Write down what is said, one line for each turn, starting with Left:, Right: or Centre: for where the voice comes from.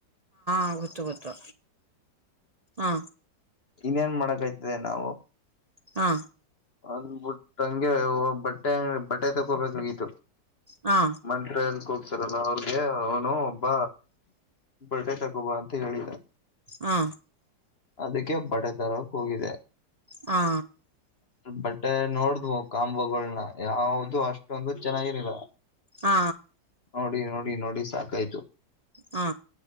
Right: ಹ ಗೊತ್ತು ಗೊತ್ತು ಹಾ
Left: ಇನ್ೇನ್ ಮಾಡಕ್್ತದೆ ನಾವು
Right: ಹಾ
Left: ಹಂಗ್ಬಟ್ಟ ಹಂಗೆ ಬಟ್ಟೆ ಅ ಬಟ್ಟೆ ತಕೋಬೇಕಾಗಿತ್ತು
Right: ಹಾ
Left: ಮಂತ್ತ್ರ ಎಲ್ ಹೋಗ್ತಾರಲ್ಲ ಅವ್ರಗೆ ಅವನು ಒಬ್ಬ ಬಟೆಟಕ್ೊಬ್ಬ ಅಂತ ಹೇಳಿದ
Right: ಹಾ
Left: ಅದಕ್ಕೆ ಬಡೆ ತರಕ್ ಹೋಗಿದೆ
Right: ಹಾ
Left: ಬಟ್ಟೆ ನೋಡ್ದ್ವು ಕಾಂಬಗಳನ ಯಾವ್ದ ಅಷ್ಟೊಂದು ಚೆನ್ನಾಗಿರಿಲ್ಲ
Right: ಹಾ
Left: ನೋಡಿ ನೋಡಿ ನೋಡಿ ಸಾಕಾಯ್ತು
Right: ಹಾ